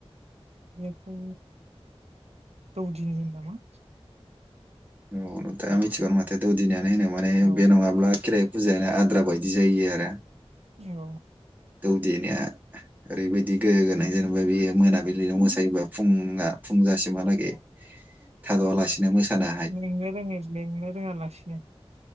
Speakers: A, on the right; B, on the right.
A: बेखौ दौदिनि होनो नामा
B: नंगौ नोंथाङा मिथिगौनो माथो माने
A: औ
B: बे नङाब्ला खेराय फुजायानो आद्रा बायदि जायो आरो
A: औ।
B: दौदिनिया ओरैबायदि गोहोगोनां जेनेबा बियो मोनाबिल दिनो मोसायोबा फुंङा फुंजासिमहालागे थाद'आलासिनो मोसाना
A: मेंनो रोङै मेंनो रोङालासिनो